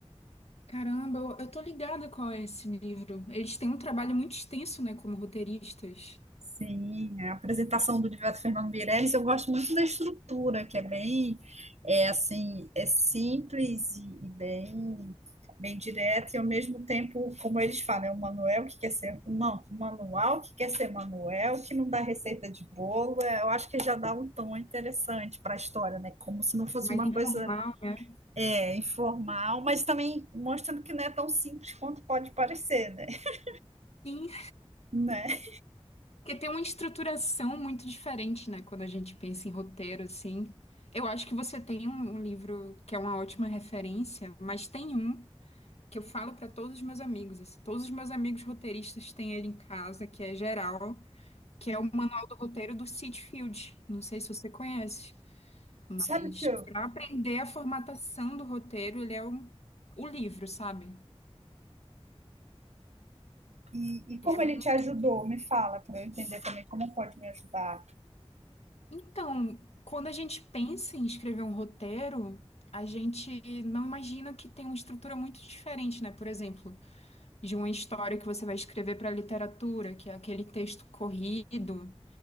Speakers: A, on the left; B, on the right.
A: Caramba, eu, eu tô ligada qual é esse livro. Eles têm um trabalho muito extenso, né, como roteiristas,
B: Sim, a apresentação do Divaldo Fernando Meirelles, eu gosto muito da estrutura, que é bem, é assim, é simples e, e bem, bem direta, e ao mesmo tempo, como eles falam, é um manual que quer ser, um, não, um manual que quer ser manual, que não dá receita de bolo, é, eu acho que já dá um tom interessante para a história, né? Como se não fosse
A: mais
B: uma
A: informal,
B: coisa
A: né?
B: é, informal, mas também mostrando que não é tão simples quanto pode parecer, né? <laughs>
A: Sim,
B: Né?
A: porque tem uma estruturação muito diferente, né, quando a gente pensa em roteiro, assim. Eu acho que você tem um, um livro que é uma ótima referência, mas tem um que eu falo para todos os meus amigos, assim, todos os meus amigos roteiristas têm ele em casa, que é geral, que é o Manual do Roteiro do Sitfield. Não sei se você conhece. Mas
B: Sabe o que eu
A: para aprender a formatação do roteiro, ele é o, o livro, sabe?
B: E, e como
A: Ele é muito...
B: ele te ajudou? Me fala, para eu entender também como pode me ajudar.
A: Então, quando a gente pensa em escrever um roteiro, a gente não imagina que tem uma estrutura muito diferente, né? Por exemplo, de uma história que você vai escrever para literatura, que é aquele texto corrido.